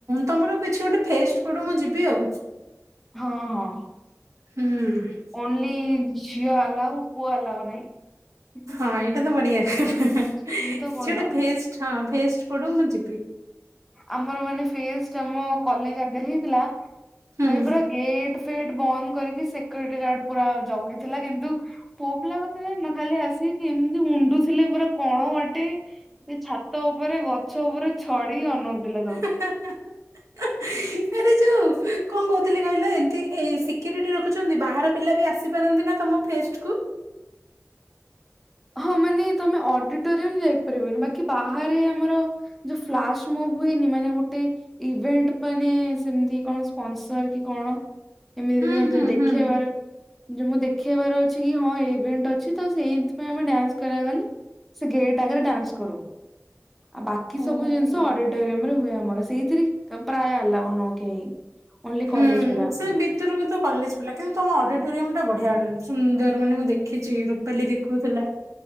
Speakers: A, on the right; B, in the centre.
A: ତମର କିଛି ଗୋଟେ ଫେଷ୍ଟ ପଡୁ ମୁଁ ଯିବି ଆଉ।
B: ହଁ ହଁ।
A: ହୁଁ।
B: ଓନ୍ଲି ଝିଅ ଆଲାଉ ପୁଅ ଆଲାଓ ନାହିଁ।
A: ହଁ ଏଇଟା ତ ବଢିଆ ହେଁ ହେଁ ହେଁ କିଛି
B: ସେଇ ତ ଭଲ
A: ଗୋଟେ ୱେଷ୍ଟ ହଁ ୱେଷ୍ଟ ପଡୁ ମୁଁ ଯିବି।
B: ଆମର ମାନେ ଫେଷ୍ଟ ଆମ କଲେଜ ଆଗରେ ହେଇଥିଲା
A: ହୁଁ।
B: ମାନେ ପୁରା ଗେଟ୍ ଫେଟ ବନ୍ଦ କରିକି ସିକ୍ୟୁରିଟି ଗାର୍ଡ ପୁରା ଜଗିଥିଲା କିନ୍ତୁ ପୁଅ ପିଲା କଥା ଜାଣିନୁ ଖାଲି ଆସିକି ଏମିତି ଉଣ୍ଡୁ ଥିଲେ ପୁରା। କଣ ବାଟି ସେ ଛାତ ଉପରେ ଗଛ ଉପରେ ଛଡିକି ଅନଉଥିଲେ ସବୁ।
A: ହେଁ ହେଁ ହିଁ। ଏ ଯଉ କଣ କହୁଥିଲି କହିଲ ଏମିତି ଏଇ ସିକ୍ୟୁରିଟି ରଖୁଛନ୍ତି ବାହାର ପିଲା ବି ଆସିପାରନ୍ତି ନା ତମ ଫେଷ୍ଟ କୁ।
B: ହଁ ମାନେ ତମେ ଅଡିଟୋରିୟମ ଯାଇପାରିବନି ବାକି ବାହାରେ ଆମର ଯୋଉ ଫ୍ଲାସ ମୋମ ହୁଏନି ମାନେ ଗୋଟେ ଇଭେଣ୍ଟ ମାନେ ସେମତି କଣ ସ୍ପନସର କି କଣ? ଏମିତି
A: ହୁଁ
B: ମାନେ
A: ହୁଁ
B: ଦେଖେଇବାର
A: ହୁଁ।
B: ଯେ ମୁଁ ଦେଖେଇବାର ଅଛି କି ହଁ ଇଭେଣ୍ଟ ଅଛି ତ ସେଇ ଆମେ ଡ୍ୟାନ୍ସ କରିବାକୁ ଗଲେ ସେ ଗେଟ ଆଗରେ ଡ୍ୟାନ୍ସ କରୁ। ଆଉ ବାକି
A: ଓହୋ।
B: ସବୁ ଜିନିଷ ଅଡିଟୋରିୟମ ରେ ହୁଏ ଆମର ସେଇଥିରେ ପ୍ରାୟ ଆଲଓ ନୁହଁ କେହି। ଓନ୍ଲି
A: ହୁଁ
B: କଲେଜ ପିଲା
A: ସେ ବି ଭିତରେ ହୁଏତ କଲେଜ ପିଲା କିନ୍ତୁ ତମ ଅଡିଟୋରିୟମ ଟା ବଢିଆ ଅ ସୁନ୍ଦର ମାନେ ମୁଁ ଦେଖିଛି ରୁପାଲି ଦେଖଉଥିଲା।